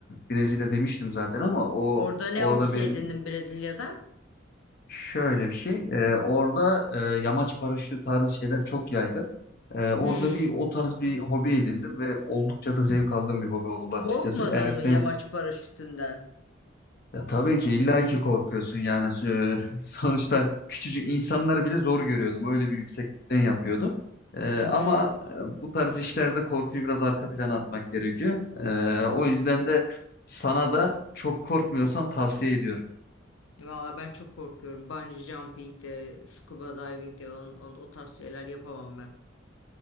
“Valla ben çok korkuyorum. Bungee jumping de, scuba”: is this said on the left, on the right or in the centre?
Left